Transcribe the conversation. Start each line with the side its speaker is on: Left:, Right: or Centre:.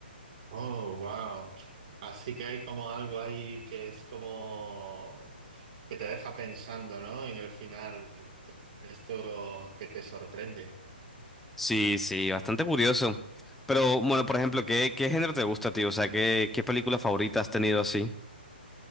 Right: Oh, wow. Así que hay como algo ahí que es como que te deja pensando, ¿no? En el final, esto que te sorprende.
Centre: Sí, sí, bastante curioso. Pero bueno, por ejemplo, ¿qué, qué género te gusta, tío? O sea, ¿qué, qué película favorita has tenido así?